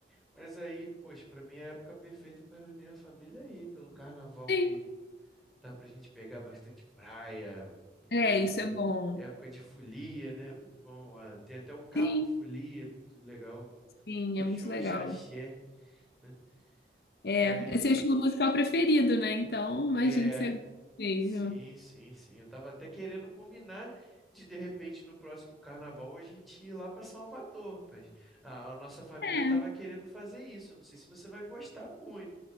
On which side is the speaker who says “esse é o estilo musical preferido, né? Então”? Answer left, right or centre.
Left